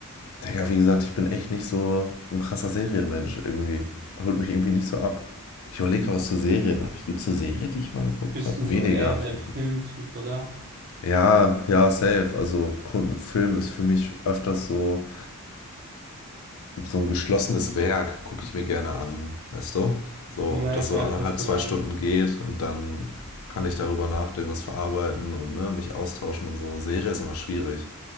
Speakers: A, on the left; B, on the right.
A: Digga, wie gesagt, ich bin echt nicht so ein krasser Serienmensch irgendwie. Holt mich irgendwie nicht so ab. Ich überlege gerade, was für Serien habe ich. Gibt es eine Serie, die ich mal geguckt
B: Bist
A: habe?
B: du so
A: Weniger
B: eher
A: habe
B: der
A: ich geguckt.
B: Filmtyp, oder?
A: Ja, ja, safe. Also Kun- Film ist für mich öfters so so ein geschlossenes Werk gucke ich mir gerne an, weißt du? So,
B: Ja,
A: das
B: ich
A: so
B: weiß,
A: anderthalb,
B: was du
A: zwei
B: meinst.
A: Stunden geht und dann kann ich darüber nachdenken, das verarbeiten und ne, mich austauschen und so. Serie ist immer schwierig.